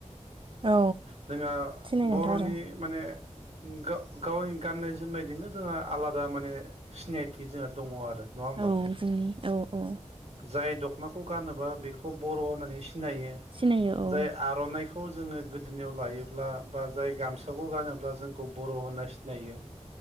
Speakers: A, on the right (about 45°); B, on the right (about 60°).
A: औ
B: जोंहा
A: सिनायगोनथ'
B: बर'नि
A: आरो
B: माने उम गा-गावनि गाननाय-जोमनायजोंनो जोंहा आलादा माने सिनायथि जोंहा दङ आरो नङा होमबा
A: औ जोंनि औ औ
B: जाय दख'नाखौ गानोबा बेखौ बर' होननानै सिनायो
A: सिनायो औ
B: जाय आर'नाइ खौ जोङो गोदोनिायाव लायोब्ला बा जाय गामसाखौ गानोब्ला जोंखौ बर' होनना सिनायो।